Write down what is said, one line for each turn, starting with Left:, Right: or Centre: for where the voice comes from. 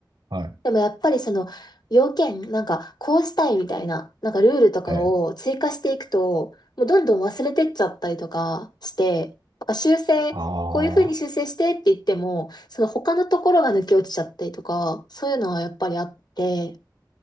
Right: はい、
Left: でもやっぱりその要件、なんかこうしたいみたいな、なんかルールとかを追加していくと、
Right: ええ。
Left: もうどんどん忘れてっちゃったりとかして、なんか修正、
Right: あ
Left: こういうふうに修正してって言っても、その他のところが抜け落ちちゃったりとか、そういうのはやっぱりあって、